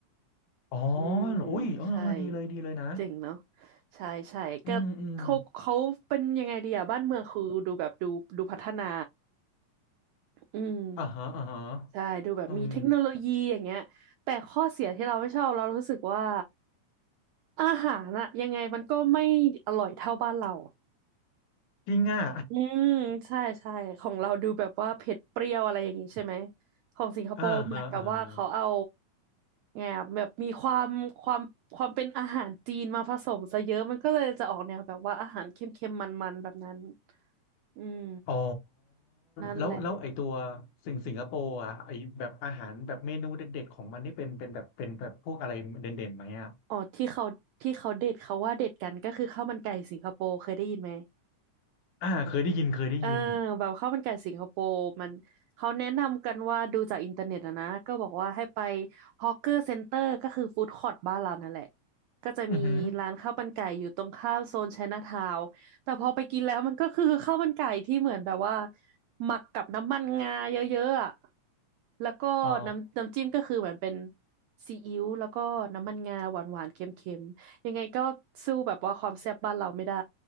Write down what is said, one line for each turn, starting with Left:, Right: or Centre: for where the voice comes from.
Left: อ๋อ
Right: อืม
Left: โอ้ยเออเออดีเลยดีเลยนะ
Right: ใช่เจ๋งเนาะใช่ใช่ก็เขาเขาเป็นยังไงดีอะบ้านเมืองคือดูแบบดูดูพัฒนา
Left: อืมอืม
Right: อืม
Left: อ่าฮะอ่าฮะ
Right: ใช่ดูแบบมีเทคโนโลยีอย่างเงี้ยแต่ข้อเสียที่เราไม่ชอบเรารู้สึกว่า
Left: อืม
Right: อาหารอะยังไงมันก็ไม่อร่อยเท่าบ้านเรา
Left: จริงอ่ะ
Right: อืมใช่ใช่ของเราดูแบบว่าเผ็ดเปรี้ยวอะไรอย่างนี้ใช่ไหมของสิงคโปร์เหมือนกับว่าเขาเอา
Left: <laughs> อ่าฮะอ่าฮะ
Right: ไงอะแบบมีความความความเป็นอาหารจีนมาผสมซะเยอะมันก็เลยจะออกแนวแบบว่าอาหารเค็มๆมันๆแบบนั้นอืม
Left: อ๋อ
Right: นั่นแหละ
Left: แล้วแล้วไอตัวสิงสิงคโปร์อ่ะไอแบบอาหารแบบเมนูเด็ดๆของมันนี่เป็นเป็นแบบเป็นแบบพวกอะไรเด่นๆไหมอ่ะ
Right: อ๋อที่เขาที่เขาเด็ดเขาว่าเด็ดกันก็คือข้าวมันไก่สิงคโปร์เคยได้ยินไหม
Left: อ่าเคยได้ยินเคยได้ยิน
Right: เออแบบข้าวมันไก่สิงคโปร์มันเขาแนะนำกันว่าดูจากอินเทอร์เน็ตอะนะก็บอกว่าให้ไปฮอ w เกอร์เซ็นเตอร์ก็คือฟู้ดคอร์ t บ้านเรานั่นแหละก็จะมีร้านข้าวมันไก่อยู่ตรงข้ามโซนไชน่าทาวน์แต่พอไปกินแล้วมันก็คือข้าวมันไก่ที่เหมือนแบบว่า
Left: อือหือ
Right: หมักกับน้ำมันงาเยอะๆอะแล้วก็น้ำน้ำจิ้มก็คือเหมือนเป็น
Left: อ๋อ
Right: ซีอิ๊วแล้วก็น้ำมันงาหวานๆเค็มๆยังไงก็สู้แบบว่าความแซ่บบ้านเราไม่ได้